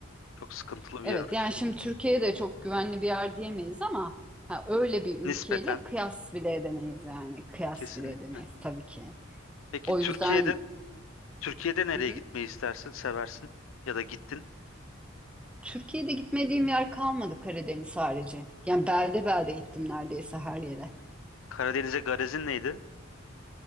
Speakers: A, on the left; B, in the centre.
A: Çok sıkıntılı
B: Evet
A: bir yer orası.
B: yani şimdi Türkiye de çok güvenli bir yer diyemeyiz ama ha, öyle bir ülkeyle
A: Nispeten
B: kıyas bile edemeyiz yani. Kıyas
A: kesinlikle.
B: bile edemeyiz tabii ki.
A: Peki
B: O
A: Türkiye'de
B: yüzden
A: Türkiye'de nereye
B: Hı hı.
A: gitmeyi istersin, seversin ya da gittin?
B: Türkiye'de gitmediğim yer kalmadı Karadeniz harici. Yani belde belde gittim neredeyse her yere.
A: Karadeniz'e garezin neydi?